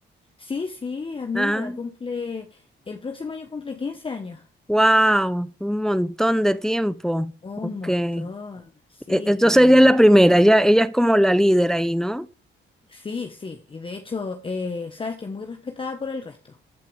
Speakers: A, on the left; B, in the centre.
A: Sí, sí, amiga,
B: Ah,
A: cumple, el próximo año cumple 15 años.
B: wow, un montón de tiempo.
A: Un
B: Ok.
A: montón,
B: E-
A: sí,
B: Entonces
A: y
B: ella es la primera, ella, ella es como la líder ahí, ¿no?
A: sí, sí, y de hecho, eh, sabes que es muy respetada por el resto.